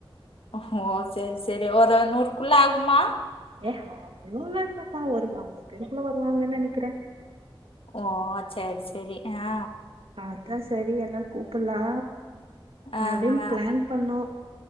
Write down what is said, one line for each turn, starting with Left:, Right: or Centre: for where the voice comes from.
Left: ஓஹோ சேரி சேரி ஒரு நூறுக்குள்ள ஆகுமா
Right: ஏ அவ்ளோல இல்லபா ஒரு ஐம்பது பேருக்குள்ள வருவாங்கன்னு நெனைக்குற
Left: ஓ செரி செரி ஆ
Right: அதா செரி எல்லா கூப்பலா
Left: ஆஹா
Right: அப்டின்னு பிளான் பண்ணோ